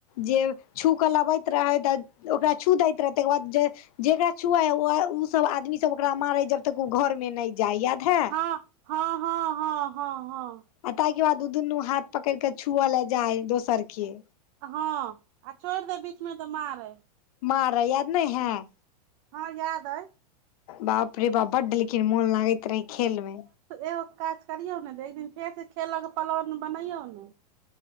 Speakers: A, on the left; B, on the right.
A: जे छू कऽ लबैत रहै तऽ ओकरा छू दैत रहै तहिकर बाद जे। जेकरा छुआ ओ सब आदमी सब ओकरा मारे जब तक ओ घर मे न नहि जाय याद है।
B: हँ हँ हँ हँ हँ।
A: आ ताहिके बाद द दुनू हाथ पकड़ के छुअले जाय दोसर के।
B: हँ आ छोड़ि दे बीचमे तऽ मारै।
A: मार याद नहि हैं।
B: हँ याद अइ।
A: बाप रे बाप बड्ड लेकिन मोन लागैत रहै खेल में।
B: ए काज करियौ ने तऽ एक दिन फेर से खेलक पलान बनैयौ ने।